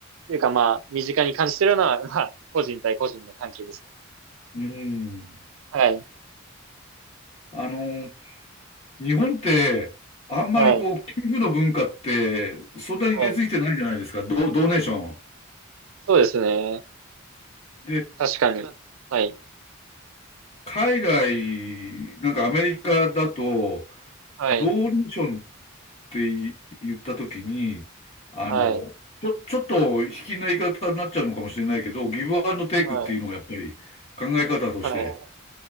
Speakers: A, on the right (about 75°); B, on the left (about 30°).
A: というか、まあ、身近に感じてるのは、<laughs> まあ、個人対個人の関係ですね。
B: うん。
A: はい。
B: あの、日本って、あんまりこう、
A: はい。
B: 寄付の文化って、そんなに根付いてないじゃないですか。
A: はい。
B: ド、ドネーション。
A: そうですね。
B: で、
A: 確かに。はい。
B: 海外、なんかアメリカだと、
A: はい。
B: ドーネーションって言ったときに、あの、
A: はい。
B: ちょ、ちょっと卑近な言い方になっちゃうのかもしれないけど、ギブアンドテイクっていうのがやっぱり考え方として
A: はい。はい。